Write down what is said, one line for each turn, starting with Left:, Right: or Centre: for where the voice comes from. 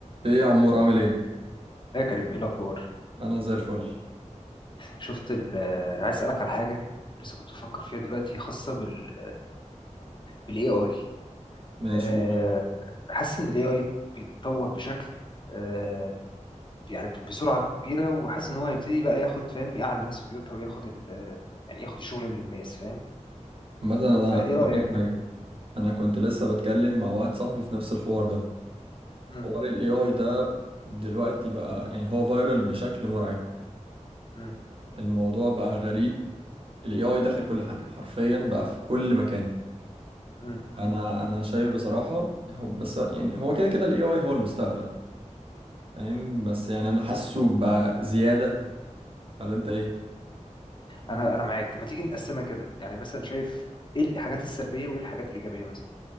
Right: ايه يا عمور عامل ايه؟
Left: يا كريم ايه الاخبار
Right: انا زي الفل
Left: شفت ال- آه، عايز اسالك على حاجه لسه كنت بفكر فيها دلوقتي خاصه بال بالاي اي
Right: ماشي
Left: أه
Right: قول
Left: حاسس ان الاي اي بيتطور بشكل آه، يعني بسرعه كبيره وحاسس ان هو هيبتدي بقى ياخد فاهم يقعد الناس في بيوتها وياخد ال آه، يعني ياخد الشغل من الناس فاهم
Right: مثلا انا
Left: فايه رايك
Right: هقول لك حاجه انا كنت لسه بتكلم مع واحد صاحبي في نفس الحوار ده
Left: مم.
Right: حوار الاي اي ده دلوقتي بقى يعني هو فايرال بشكل مرعب
Left: مم.
Right: الموضوع بقى غريب الاي اي دخل كل حاجه حرفيا بقى في كل مكان
Left: مم. مم.
Right: انا انا شايف بصراحه هو بس يعني هو كده كده الاي اي هو المستقبل فاهم بس يعني انا حاسه بقى زياده ولا انت ايه؟
Left: انا انا معاك طب ما تيجي نقسمها كده يعني مثلا شايف ايه الحاجات السلبيه وايه الحاجات الايجابيه مثلا